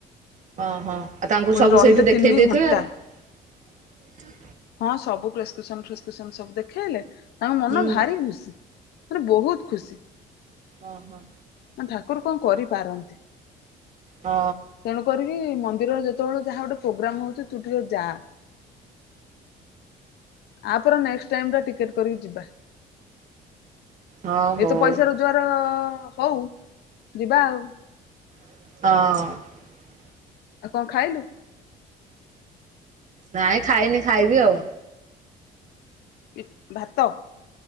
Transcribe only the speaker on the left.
ପୁଣି
ରହିଲେ
ତିନି
ଘଣ୍ଟା
ହଁ ସବୁ ପ୍ରେସକ୍ରିପସନ୍ ଫେସ୍କ୍ରିପସନ ସବୁ ଦେଖେଇଲେ ତାଙ୍କ ମନ
ଭାରି ଖୁସି। ମାନେ ବହୁତ ଖୁସି।
ଠାକୁର କଣ କରିପାରନ୍ତି।
ତେଣୁ କରିକି ମ ନ୍ଦିରରେ ଯେତେବେଳେ ଯାହା ଗୋଟେ ପ୍ରୋଗ୍ରାମ ହଉଛି ତୁ ଟିକେ ଯା ଆ ପରେ ନେକ୍ସଟ୍ ଟାଇମ ଟା ଟିକେଟ କରିକି ଯିବା।
ଏ ତ ପଇସା ରୋଜଗାର ଅ ହଉ ଯିବା ଆଉ।
ଆଉ କଣ ଖାଇଲୁ?
ଇତ୍ ଭାତ?